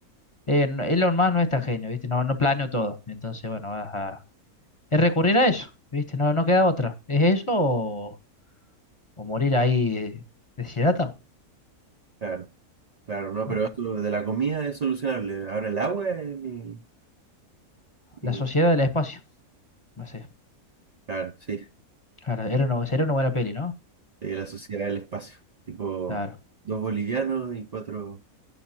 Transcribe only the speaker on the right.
Claro, claro, no,
pero eso de la comida es solucionable. Ahora el agua es mi, mi-
Claro, sí.
Sí, La sociedad del espacio. Tipo,
dos bolivianos y cuatro.